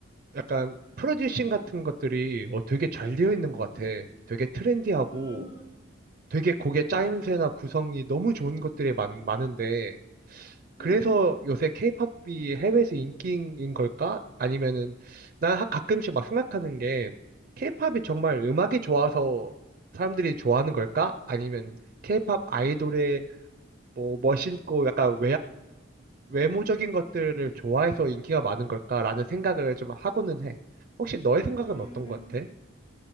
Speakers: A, on the right; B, on the left.
A: 약간 프로듀싱 같은 것들이 어, 되게 잘 되어 있는 것 같아. 되게 트렌디하고
B: 음,
A: 되게 곡의 짜임새나 구성이 너무 좋은 것들이 많, 많은데 그래서
B: 음,
A: 요새 케이팝이 해외에서 인기인 걸까? 아니면은 난 하- 가끔씩 막 생각하는 게 케이팝이 정말 음악이 좋아서 사람들이 좋아하는 걸까? 아니면 케이팝 아이돌의 뭐 멋있고 약간 외모적인 것들을 좋아해서 인기가 많은 걸까라는 생각을 좀 하고는 해. 혹시 너의 생각은
B: 음.
A: 어떤 것 같아?